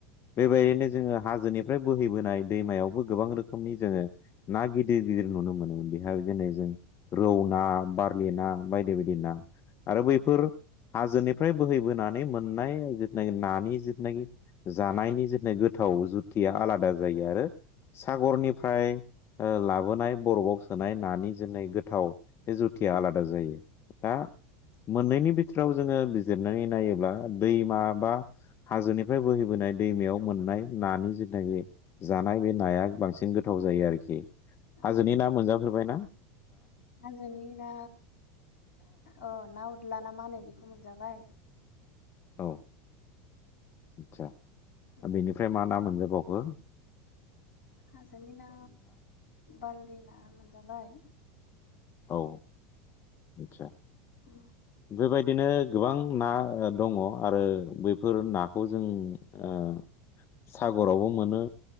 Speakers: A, on the left; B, on the left.
A: बेबायनो जोङो हाजोनिफ्राय बोहैबोनाय दैमायावबो गोबां रो खोमनि जोङो ना गिदिर गिदिर नुनो मोनोमोन बिहा जेनै जों रौ ना बारलि ना बायदि बायदि ना आरो बैफोर
B: उम
A: हाजोनिफ्राय बोहैबोनानै मोननाय जोथनागि नानि जोथनागि जानायनि जोथनाय गोथाव जुथिया आलादा जायो आरो सागरनिफ्राय ओ लाबोनाय बरफआव सोनाय नानि जेनाय गोथाव बे जुतिया आलादा जायो दा
B: औ
A: मोननैनि बिथोराव जोङो जेरनानै नायोब्ला दैमा बा हाजोनि फ्राय बोहैबोनाय दैमायाव मोननाय नानि जितनागि जानाय बे नाया बांसिन गोथाव जायो आरोखि। हाजोनि
B: औ
A: ना मोनजाफेरबाय ना?
B: हाजोनि ना अ ना उदला ना मा होनो बेखौ मोनजाबाय
A: औ आदसा
B: उम
A: बेनिफ्राय मा ना मोनजोबाव बयो
B: हाजोनि ना बारलि ना मोनजाबाय
A: औ। आदसा
B: उ।
A: बेबायदिनो गोबां ना दङ आरो बैफोर नाखौ जों आ सागरावबो मोनो